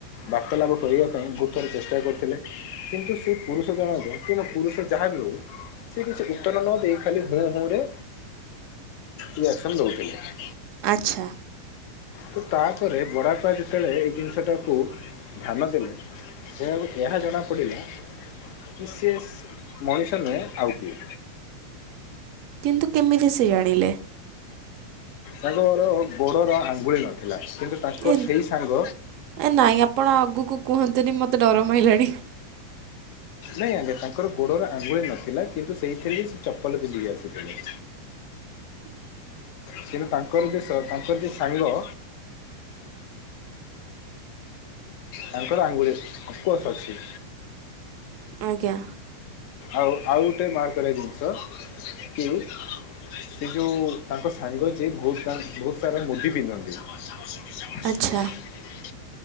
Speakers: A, on the left; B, on the right.
A: ବାର୍ତ୍ତାଳାପ କରିବା ପାଇଁ ବହୁତ ଥର ଚେଷ୍ଟା କରିଥିଲେ କିନ୍ତୁ ସେ ପୁରୁଷ ଜଣକ ସେ ମୋ। ପୁରୁଷ ଯାହା ବିି ହଉ ସେ କିଛି ଉତ୍ତର ନ ଦେଇ ଖାଲି ହୁଁ ହୁଁ ରେ। ରିଆକ୍ସନ ଦଉଥିଲେ।
B: ଆଚ୍ଛା
A: ତ ତାପରେ ବଡ଼ାପା ଯେତେବେଳେ ଏଇ ଜିନିଷଟାକୁ ଧ୍ୟାନ ଦେଲେ। ଏହାକୁ ଏହା ଜଣା ପଡିଲା କି ସେ। ମଣିଷ ନୁହେଁ ଆଉ କିଏ।
B: କିନ୍ତୁ କେମିତି ସେ ଜାଣିଲେ।
A: ତାଙ୍କର ଗୋଡର ଆଙ୍ଗୁଳି ନଥିଲା। କିନ୍ତୁ ତାଙ୍କ
B: ଏନ୍
A: ସେଇ ସାଙ୍ଗ
B: ନାଇଁ ଆପଣ ଆଗକୁ କୁହନ୍ତୁନି ମତେ। ତେ ଡର ମାଇଲାଣି।
A: ନାଇଁ ଆଜ୍ଞା ତାଙ୍କର ଗୋଡ଼ର ଆଙ୍ଗୁଳି ନଥିଲା କିନ୍ତୁ ସେଇଥିରେ ହି ସେ ଚପଲ ପିନ୍ଧିକି ଆସିଥିଲେ।
B: ହୁଁ
A: କିନ୍ତୁ ତାଙ୍କର ଯୋଉ ସ ତାଙ୍କର ଯୋଉ ସାଙ୍ଗ। ତାଙ୍କର ଆଙ୍ଗୁଳି ଅଫକୋର୍ସ ଅଛି।
B: ଆଜ୍ଞା
A: ଆଉ ଆଉ ଗୋଟେ ମାର୍କ କରିବା ଜିନିଷ କି। ସେ ଯୋଉ ତାଙ୍କ ସାଙ୍ଗ ଯିଏ ବହୁତ ବହୁତ ସାରା ମୁଦି ପିନ୍ଧନ୍ତି। <unintelligible>
B: ଆଚ୍ଛା